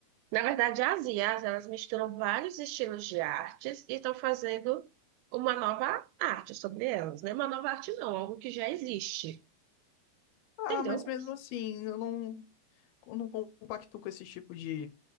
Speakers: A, on the right (about 85°); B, on the left (about 85°).
A: Na verdade, as IAs, elas misturam vários estilos de artes e estão fazendo uma nova arte sobre elas, né? Uma nova arte não, algo que já existe,
B: Ah,
A: entendeu?
B: mas mesmo assim, eu não, eu não compacto com esse tipo de,